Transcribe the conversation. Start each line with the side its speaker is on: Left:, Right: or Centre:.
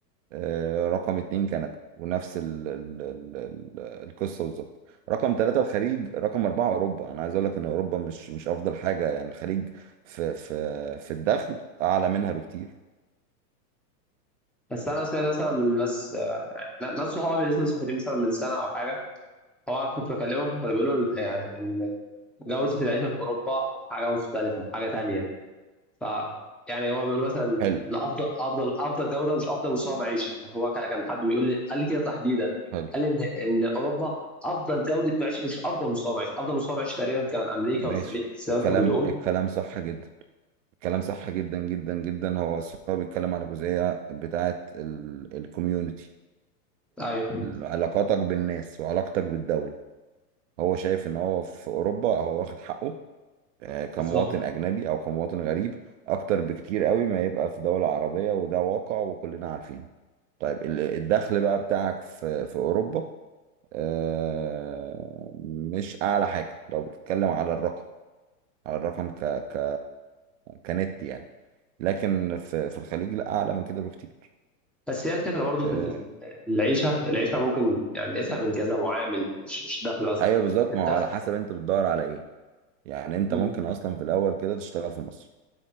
Right: آه، رقم اتنين كندا ونفس ال ال ال ال القصة بالظبط رقم ثلاثة الخليج رقم أربعة أوروبا أنا عايز أقول لك إن أوروبا مش مش أفضل حاجة يعني الخليج في في في الدخل أعلى منها بكتير
Centre: بس انا سمعت مثلا من ناس ناس صحابي اللي لسه مسافرين مثلا من سنه او حاجه هو كنت بكلمهم كانوا بيقولوا إن- يعني ان جوده العيشه في اوروبا حاجه مختلفه حاجه تانية ف يعني هو بيقول مثلا
Right: حلو
Centre: لا افضل افضل افضل جوده مش افضل مستوى معيشه يعني هو كان كان حد بيقول لي قال لي كده تحديدا
Right: حلو
Centre: قال لي ان ان اوروبا افضل جوده معيشه مش افضل مستوى معيشه افضل مستوى معيشه تقريبا كان امريكا
Right: ماشي
Centre: والخليج زي
Right: الكلام
Centre: ما انت بتقول
Right: الكلام صح جدا الكلام صح جدا جدا جدا هو الصراحة بيتكلم على جزئية بتاعة الكوميونتي
Centre: ايوه
Right: علاقاتك بالناس وعلاقتك بالدولة هو شايف إن هو في أوروبا هو واخد حقه آه، كمواطن
Centre: بالظبط
Right: أجنبي أو كمواطن غريب أكتر بكتير قوي ما يبقى في دولة عربية وده واقع وكلنا عارفين طيب ال- الدخل بقى بتاعك في في أوروبا آه، مش أعلى حاجة لو بتتكلم على الرقم على الرقم ك ك كنت يعني لكن في في الخليج لا أعلى من كده بكتير
Centre: بس هي الفكره برضو
Right: آه،
Centre: في ال- في العيشه العيشه ممكن يعني نقيسها من كذا معامل مش مش الدخل بس
Right: أيوه بالظبط
Centre: الدخل
Right: ما هو على حسب أنت بتدور على إيه يعني أنت
Centre: مم.
Right: ممكن أصلا في الأول كده تشتغل في مصر